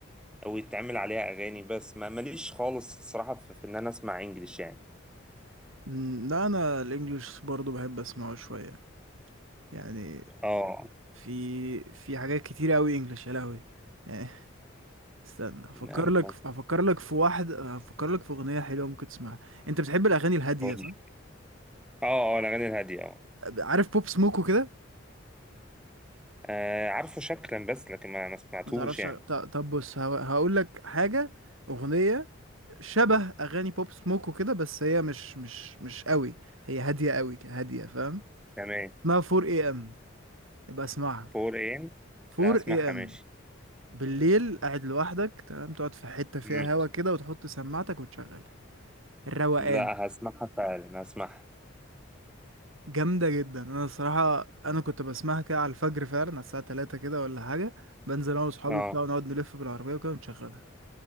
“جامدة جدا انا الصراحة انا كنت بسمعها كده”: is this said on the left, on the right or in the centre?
Right